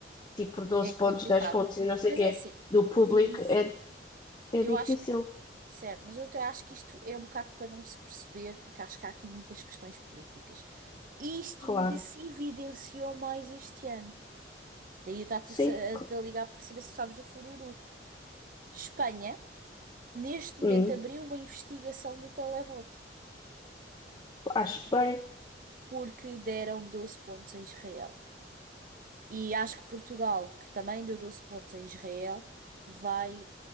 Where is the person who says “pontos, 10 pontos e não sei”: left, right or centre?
Left